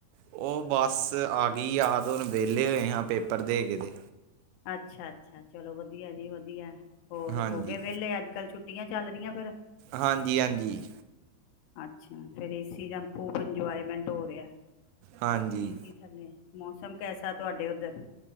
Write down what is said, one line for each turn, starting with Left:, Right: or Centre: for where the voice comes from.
Right: ਉਹ ਬੱਸ ਆ ਗਈ ਯਾਦ ਹੁਣ ਵੇ ਲੇ ਹੋਏ ਹਾਂ ਪੇਪਰ ਦੇ ਕੇ ਤੇ
Left: ਅੱਛਾ ਅੱਛਾ ਚਲੋ ਵਧੀਆ ਜੀ ਵਧੀਆ ਹੋਰ
Right: ਹਾਂਜੀ
Left: ਹੋ ਗਏ ਵਿਹਲੇ ਅੱਜ ਕੱਲ੍ਹ ਛੁੱ ਟੀਆਂ ਚੱਲ ਰਹੀਆਂ ਫੇਰ
Right: ਹਾਂਜੀ-ਹਾਂਜੀ
Left: ਅੱਛਾ ਫਿਰ ਏ ਸੀ ਦਾ ਖੂਬ ਇੰਜੋਏਮੈਂਟ ਹੋ ਰਿਹਾ
Right: ਹਾਂਜੀ
Left: ਹਾਂ ਏਸੀ ਥੱਲੇ ਮੌਸਮ ਕੈਸਾ ਤੁਹਾਡੇ ਉੱਧਰ